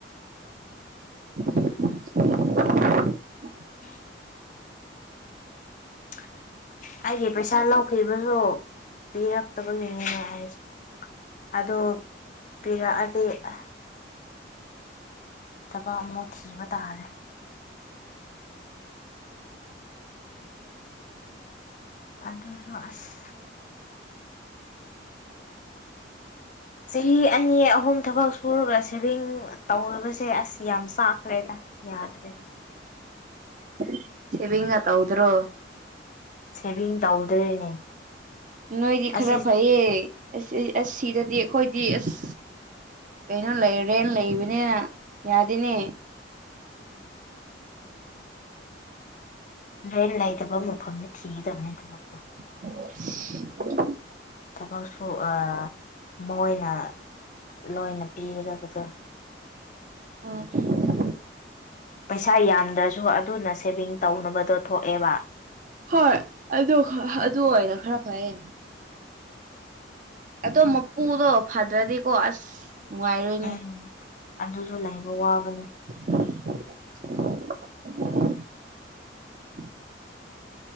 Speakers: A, on the right; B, on the left.
A: <unintelligible>
B: <unintelligible> ꯑꯩꯒꯤ ꯄꯩꯁꯥ ꯂꯧꯈꯤꯕꯁꯨ ꯄꯤꯔꯛꯇꯕꯒꯤꯅꯤꯅꯦ ꯑꯩꯁꯦ ꯑꯗꯣ ꯄꯤꯔꯛꯑꯗꯤ ꯑꯥ ꯊꯕꯛ ꯑꯃ ꯊꯤꯕ ꯇꯥꯔꯦ ꯑꯗꯨꯁꯨ ꯑꯁ ꯆꯍꯤ ꯑꯅꯤ ꯑꯍꯨꯝ ꯊꯕꯛ ꯁꯨꯔꯒ ꯁꯦꯚꯤꯡ ꯇꯧꯗꯕꯁꯦ ꯑꯁ ꯌꯥꯝ ꯆꯥꯛꯈ꯭ꯔꯦꯗ ꯌꯥꯗ꯭ꯔꯦꯗ
A: <unintelligible> ꯁꯤꯚꯡꯒ ꯇꯧꯗ꯭ꯔꯣ
B: ꯁꯦꯚꯤꯡ ꯇꯧꯗ꯭ꯔꯦꯅꯦ
A: ꯅꯣꯏꯗꯤ
B: ꯑꯁꯤ
A: ꯈꯔ ꯐꯩꯌꯦ ꯑꯁ ꯏ ꯑꯁ ꯁꯤꯗꯗꯤ ꯑꯈꯣꯏꯗꯤ ꯑꯁ ꯀꯩꯅꯣ ꯂꯩ ꯔꯦꯟ ꯂꯩꯕꯅꯤꯅ ꯌꯥꯗꯦꯅꯦ
B: ꯔꯦꯟ ꯂꯩꯇꯕ ꯃꯐꯝꯗ ꯊꯤꯒꯗꯕꯅꯦ ꯊꯕꯛꯇꯣ
A: <unintelligible>
B: ꯊꯕꯛꯁꯨ ꯑ ꯃꯣꯏꯅ ꯂꯣꯏꯅ ꯄꯤꯒꯗꯕꯗꯣ
A: ꯎꯝ <unintelligible>
B: ꯄꯩꯁꯥ ꯌꯥꯝꯗ꯭ꯔꯁꯨ ꯑꯗꯨꯅ ꯁꯦꯚꯤꯡ ꯇꯧꯅꯕꯗꯣ ꯊꯣꯛꯑꯦꯕ
A: ꯍꯣꯏ ꯑꯗꯨ ꯈ ꯍ ꯑꯗꯨ ꯑꯣꯏꯅ ꯈꯔ ꯐꯩꯌꯦ ꯑꯗꯣ ꯃꯄꯨꯗꯣ ꯐꯗ꯭ꯔꯗꯤꯀꯣ ꯑꯁ ꯅꯨꯡꯉꯥꯏꯔꯣꯏꯅꯦ
B: ꯎꯝ ꯑꯗꯨꯁꯨ ꯂꯩꯕ ꯋꯥꯕꯅꯤ
A: <unintelligible>